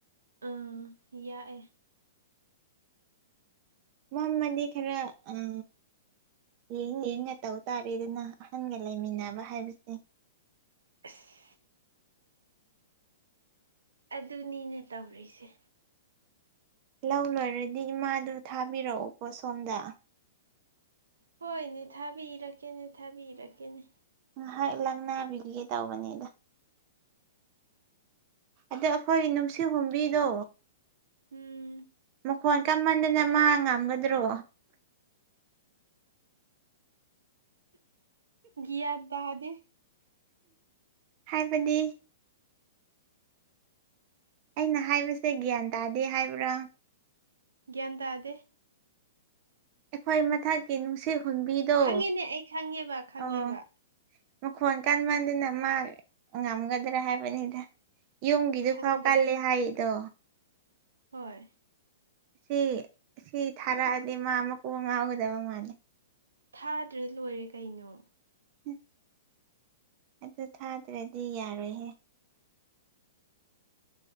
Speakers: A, on the right; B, on the right.
A: ꯑꯝ ꯌꯥꯛꯑꯦ
B: ꯃꯝꯃꯗꯤ ꯈꯔ ꯎꯝ ꯌꯦꯡ ꯌꯦꯡꯒ ꯇꯧ ꯇꯥꯔꯦꯗꯨꯅ ꯑꯍꯟꯒ ꯂꯩꯃꯤꯟꯅꯕ ꯍꯥꯏꯕꯁꯦ
A: ꯑꯁ ꯑꯗꯨꯅꯤꯅꯦ ꯇꯧꯔꯤꯁꯦ
B: ꯂꯧ ꯂꯣꯏꯔꯗꯤ ꯏꯃꯥꯗꯨ ꯊꯥꯕꯤꯔꯛꯑꯨꯀꯣ ꯁꯣꯝꯗ
A: ꯍꯣꯏꯅꯦ ꯊꯥꯕꯤꯔꯛꯀꯦꯅꯦ ꯊꯥꯕꯤꯔꯛꯀꯦꯅꯦ
B: ꯉꯥꯏꯍꯥꯛ ꯂꯛꯅꯥꯕꯤꯈꯤꯒꯦ ꯇꯧꯕꯅꯦꯗ ꯑꯗ ꯑꯩꯈꯣꯏꯒꯤ ꯅꯨꯡꯁꯤ ꯍꯨꯝꯕꯤꯗꯣ
A: ꯎꯝ
B: ꯑꯩꯈꯣꯏ ꯀꯃꯟꯗꯅ ꯃꯥ ꯉꯝꯒꯗ꯭ꯔꯣ
A: ꯌꯥ ꯗꯗꯦ
B: ꯍꯥꯏꯕꯗꯤ ꯑꯩꯅ ꯍꯥꯏꯕꯁꯦ ꯒ꯭ꯌꯥꯟ ꯇꯥꯗꯦ ꯍꯥꯏꯕ꯭ꯔꯣ
A: ꯒ꯭ꯌꯥꯟ ꯇꯥꯗꯦ
B: ꯑꯩꯈꯣꯏ ꯃꯊꯛꯀꯤ ꯅꯨꯡꯁꯤꯠ ꯍꯨꯟꯕꯤꯗꯣ
A: ꯈꯪꯉꯤꯅꯦ ꯑꯩ ꯈꯪꯉꯦꯕ ꯈꯪꯉꯦꯕ
B: ꯑꯣ ꯃꯈꯣꯟ ꯀꯟꯃꯟꯗꯅ ꯃꯥ ꯉꯝꯒꯗ꯭ꯔꯥ ꯍꯥꯏꯕꯅꯤꯗ ꯌꯨꯝꯒꯤꯗꯨ
A: ꯈꯪꯗꯦ
B: ꯐꯥꯎ ꯀꯜꯂꯦ ꯍꯥꯏꯗꯣ
A: ꯍꯣꯏ
B: ꯁꯤ ꯁꯤ ꯊꯥꯔꯛꯑꯗꯤ ꯃꯥ ꯃꯀꯣꯛ ꯉꯥꯎꯒꯗꯕ ꯃꯥꯜꯂꯦ
A: ꯊꯥꯗ꯭ꯔꯦ ꯂꯣꯏꯔꯦ ꯀꯩꯅꯣ
B: ꯎ ꯑꯗꯨ ꯊꯥꯗ꯭ꯔꯗꯤ ꯌꯥꯔꯣꯏꯍꯦ